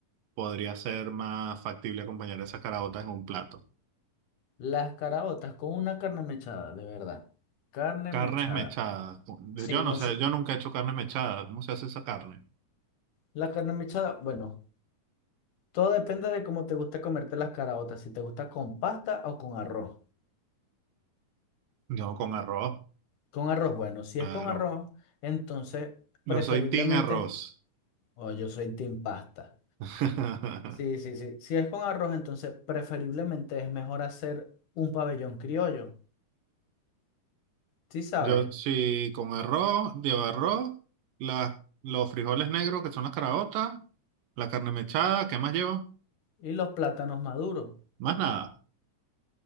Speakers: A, on the right; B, on the left.
A: podría ser más factible acompañar esas caraotas en un plato?
B: las caraotas con una carne mechada, de verdad. Carne
A: Carnes
B: mechada.
A: mechadas.
B: Sí,
A: Yo
B: no
A: no sé,
B: sé.
A: yo nunca he hecho carnes mechadas. ¿Cómo se hace esa carne?
B: La carne mechada, bueno. Todo depende de cómo te gusta comerte las caraotas, si te gusta con pasta o con arroz.
A: No, con arroz,
B: Con arroz, bueno, si
A: arroz,
B: es con arroz, entonces preferiblemente,
A: Yo soy team arroz.
B: o yo soy team pasta.
A: <laughs>
B: Sí, sí, sí. Si es con arroz, entonces preferiblemente es mejor hacer un pabellón criollo, ¿sí sabes?
A: Yo sí, con arroz, lleva arroz, la- los frijoles negros que son las caraotas, la carne mechada, ¿qué más llevo?
B: Y los plátanos maduros.
A: Más nada.